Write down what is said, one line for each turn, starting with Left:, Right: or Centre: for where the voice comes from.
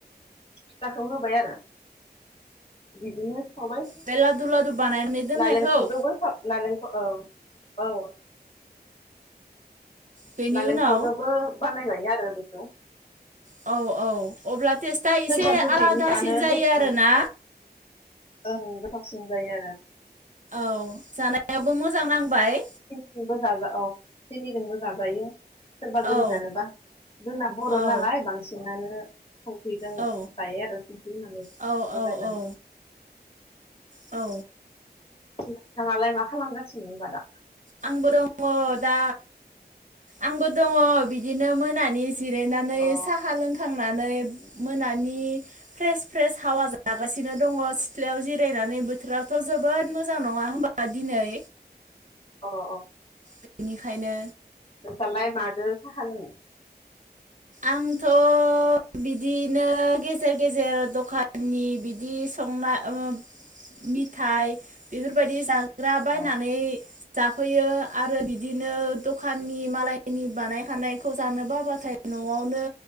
Left: फिथाखौ होबाय आरो। बिदिनो सावबाय
Right: बे लादु लादु बानायनानै दोननायखौ
Left: नालेंखरदोबो नालेंखर औ औ
Right: बेनि
Left: नालेंखरदोबो
Right: उनाव
Left: बानाय जायो आरो बेखौ
Right: औ औ अब्ला टेस्टआ एसे
Left: सोरबा गोदैनि
Right: आलादासिन
Left: जानो
Right: जायो
Left: लु
Right: आरोना
Left: औ ओं गोथावसिन जायो आरो
Right: औ जानायाबो मोजां नांबाय
Left: सिनिजोंबो जाजा औ सिंनिजोंबो जाजायो सोरबा गोदै
Right: औ
Left: जानोबा जोंना बर'
Right: औ
Left: नालाय बांसिनानो संख्रि जों
Right: औ
Left: जायो आरो संख्रि होननानै
Right: औ
Left: लगायनानै
Right: औ औ
Left: बिथाङालाय मा खालामगासिनोबादा
Right: आंबो दङ दा आंबो दङ बिदिनो मोनानि जिरायनानै
Left: अ
Right: साहा लोंखांनानै नानै मोनानि फ्रेस फ्रेस हावा जागासिनो दङ सिथ्लायाव जिरायनानै बोथोरावाथ' जोबोद मोजां नङा होनबा दिनै
Left: अ अ
Right: बेनिखायनो
Left: फालाय मादो साहा लोङो
Right: आंथ' बिदिनो गेजेर गेजेर दखाननि बिदि संनाय ओ मिथाय बेफोरबायदि जाग जाग्रा बायनानै
Left: औ
Right: जाफैयो आरो बिदिनो दखाननि मालायनि बानायखायनायखौ जानो बाब्लाथाय न'आवनो